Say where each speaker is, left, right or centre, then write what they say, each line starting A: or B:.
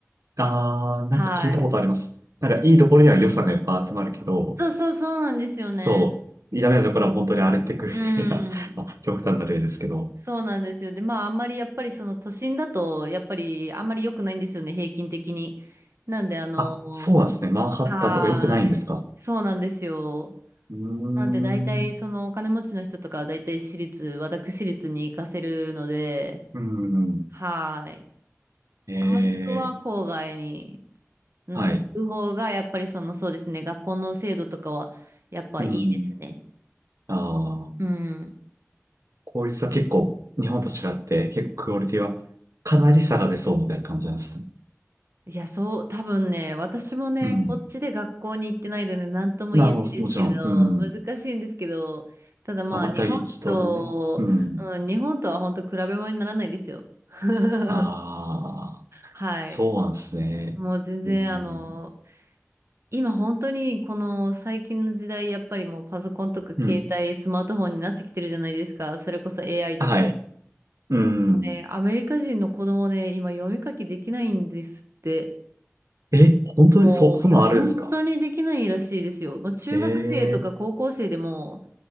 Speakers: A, on the right (about 80°); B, on the right (about 60°).
A: ああ、なんか聞いたことあります。
B: はい。
A: なんかいいところには予算がいっぱい集まるけど、
B: そうそうそうなんですよね。
A: そう、ダメなところは本当に荒れてくるみたいな、
B: うん。
A: <laughs> あ、極端な例ですけど。
B: そうなんですよ。で、まあ、あんまりやっぱりその都心だと、やっぱりあんまり良くないんですよね、平均的に。なんで、あの
A: あ、そうなんですね。マンハッタンとか良くないんですか
B: はーい。そうなんですよ。
A: うーん。
B: なんで大体そのお金持ちの人とかは大体私立、私立に行かせるので、
A: うん。
B: はい。
A: えー、
B: もしくは郊外にん行く方がやっぱりそのそうですね、
A: はい。
B: 学校の制度とかはやっぱいいですね。
A: うん。ああ、
B: うん。
A: 効率は結構、日本と違って、結構クオリティはかなり下が出そうみたいな感じなんですね。
B: いや、そう、多分ね、私もね、
A: うん。
B: こっちで学校に行ってないので何とも言えないんですけど、
A: まあ、あの、もちろん、うん。
B: 難しいんですけど、ただまあ日本と、
A: まばたぎきとのね。うん。
B: うん、日本とは本当比べ物にならないですよ。<laughs>
A: ああ、
B: はい。
A: そうなんですね。
B: もう全然あの
A: うん。
B: 今本当にこの最近の時代、やっぱりもうパソコンとか携帯、
A: うん。
B: スマートフォンになってきてるじゃないですか。それこそ AI とか。
A: はい。うん。
B: ねアメリカ人の子供で今読み書きできないんですって。
A: え、本当にそ、
B: もう、
A: そんなんあるんですか
B: いや、本当にできないらしいですよ。もう中学生とか高校生でも、
A: ええ